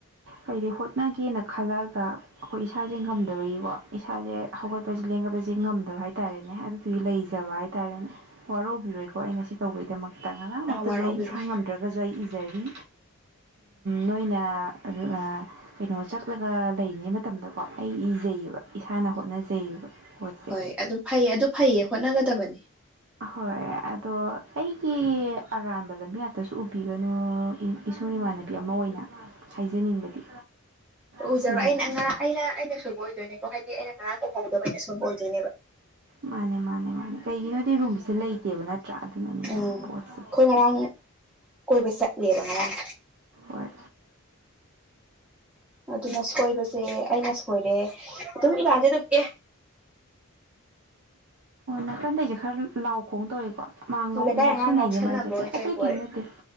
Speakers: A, on the right; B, in the centre.
A: ꯍꯥꯏꯗꯤ ꯍꯣ ꯆꯠꯅꯒꯦꯅ ꯈꯜꯂꯛꯑꯒ ꯑꯩꯈꯣꯏ ꯏꯁꯥꯁꯦ ꯉꯝꯗꯕꯒꯤꯀꯣ ꯏꯁꯥꯁꯦ ꯍꯧꯒꯠꯄꯁꯦ ꯂꯦꯡꯒꯠꯄꯁꯦ ꯉꯝꯗꯕ ꯍꯥꯏꯇꯥꯔꯦꯅꯦ ꯑꯗꯨꯗꯨꯒꯤ ꯂꯩ ꯖꯕ ꯍꯥꯏꯇꯥꯔꯦꯅꯦ ꯋꯥꯔꯧꯕꯤꯔꯣꯏꯀꯣ ꯑꯩ ꯉꯁꯤ ꯇꯧꯕꯩꯗꯃꯛꯇ ꯉꯔꯥꯡꯃꯛꯇꯁꯨ
B: ꯋꯥꯔꯥꯎꯕꯤꯔꯣꯏ
A: ꯑꯩ ꯏꯁꯥ ꯉꯝꯗ꯭ꯔ ꯁꯨ ꯑꯩ ꯏꯖꯔꯤ ꯅꯣꯏꯅ ꯑꯗꯨꯒ ꯀꯩꯅꯣ ꯆꯠꯂꯒ ꯂꯩꯔꯤꯉꯩ ꯃꯇꯝꯗꯀꯣ ꯑꯩ ꯏꯖꯩꯌꯦꯕ ꯏꯁꯥꯅ ꯍꯣꯠꯅꯖꯩꯌꯦꯕ ꯄꯣꯠꯁꯦ
B: ꯍꯣꯏ ꯑꯗꯨ ꯐꯩꯌꯦ ꯑꯗꯨ ꯐꯩꯌꯦ ꯍꯣꯠꯅꯒꯗꯕꯅꯤ
A: ꯑꯍꯣꯏ ꯑꯗꯣ ꯑꯩꯒꯤ ꯑꯔꯥꯟꯕ ꯂꯝꯕꯦꯜ ꯀꯩꯁꯨ ꯎꯕꯤꯒꯅꯨ ꯏꯁꯨꯡ ꯏꯃꯥꯟꯅꯕꯤ ꯑꯃ ꯑꯣꯏꯅ ꯍꯥꯏꯖꯅꯤꯡꯕꯗꯤ
B: ꯑꯣ
A: ꯁꯤꯅꯤꯗ
B: ꯎꯖꯔꯣ ꯑꯩꯅ ꯑꯥꯡ ꯑꯩꯅ ꯑꯩꯅ ꯁꯣꯏꯕ ꯑꯣꯏꯗꯣꯏꯅꯦꯀꯣ ꯍꯥꯏꯗꯤ ꯑꯩꯅ ꯉꯔꯥꯡ ꯎꯍꯧꯗꯕ ꯑꯩꯅ ꯁꯣꯏꯕ ꯑꯣꯏꯗꯣꯏꯅꯦꯕ
A: ꯃꯥꯅꯦ ꯃꯥꯅꯦ ꯃꯥꯅꯦ ꯀꯩꯒꯤꯅꯣꯗꯤ ꯔꯨꯝꯁꯦ ꯂꯩꯇꯦꯕ ꯅꯠꯇ꯭ꯔꯥ ꯑꯗꯨꯅꯅꯤꯅ
B: ꯎꯝ
A: ꯄꯣꯠꯁꯦ
B: ꯑꯩꯈꯣꯏ ꯉꯔꯥꯡ ꯀꯣꯏꯕ ꯆꯠꯂꯦꯕ ꯉꯔꯥꯡ
A: ꯍꯣꯏ
B: ꯑꯗꯨꯅ ꯁꯣꯏꯕꯁꯦ ꯑꯩꯅ ꯁꯣꯏꯔꯦ ꯑꯗꯨꯝ ꯏꯔꯥꯟꯁꯦ ꯑꯗꯨꯝ ꯑꯦ
A: ꯅꯀꯟꯗꯩꯁꯦ ꯈꯔ ꯂꯥꯎ ꯈꯣꯡ ꯇꯧꯋꯦꯀꯣ ꯃꯥ
B: ꯅꯣꯏ ꯂꯩꯀꯥꯏ
A: ꯉꯥꯎꯁꯟꯅꯩꯅꯦ
B: ꯑꯉꯥꯡ ꯉꯥꯎꯁꯟꯅꯕꯣꯏ
A: ꯃꯥꯏꯁꯦ ꯀꯩ ꯑꯇꯩ
B: ꯀꯩꯕꯣꯏ
A: ꯀꯩꯝ ꯅꯠꯇꯦ